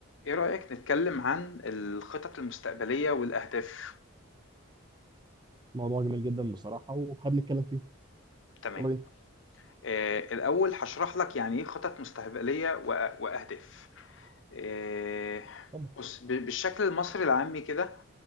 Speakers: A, on the left; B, on the right.
A: إيه رأيك نتكلم عن الخطط المستقبلية والأهداف؟
B: موضوع جميل جدا بصراحة وحابب نتكلم فيه
A: تمام.
B: يلا بينا
A: آآ الأول هاشرح لك يعني إيه خطط مستقبلية وأ وأهداف. آآ
B: اتفضل
A: بُص، ب بالشكل المصري العامي كده، آآ